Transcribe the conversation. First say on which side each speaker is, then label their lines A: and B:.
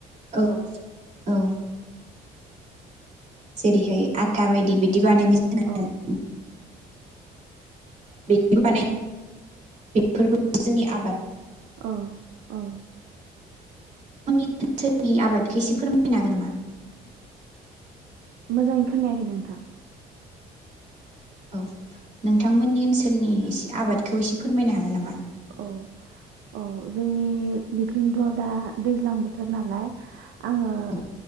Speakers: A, on the right; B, on the right.
A: औ औ जेरैहाय आथा बायदि बायदि बानायनो सो जों
B: औ
A: बेदि बानाय बेफोरबो जोंनि आबाद
B: औ औ
A: गंनि ओनसोलनि आबाद खायसे फोरमायनो हागोन नामा
B: मोजाङै खोनायाखै नोंथां
A: औ नोंथांमोननि ओनसोलनि एसे आबादखौ एसे फोरमायनो हागोन नामा
B: औ औ जोंनि बिथिंथ दा दैज्लां बोथोर नालाय आङो।
A: औ